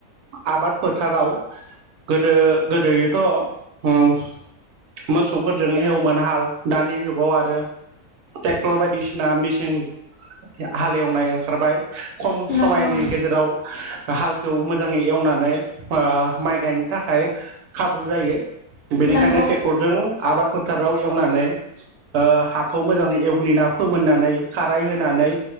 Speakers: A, on the right; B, on the left.
A: आ आबाद फोथाराव गोदो गोदोयोथ ओम मोसौफोरजों एवोमोन हाल दानि जुगाव आरो ट्रेक्टर बायदिसिना मेसिन हालेएवनाय ओंखारबाय खम
B: नंगौ
A: समायनि
B: नोंथां
A: गेजेराव हालखौ मोजाङै। एवनानै ओ माइ गायनो थाखाय खाबु जायो बेनिखायनो
B: नंगौ नोंथां
A: ट्रेक्टरजों। आबाद फोथाराव एवनानै ओ हाखौ मोजाङै एवग्लिना फोमोननानै खाराय होनानै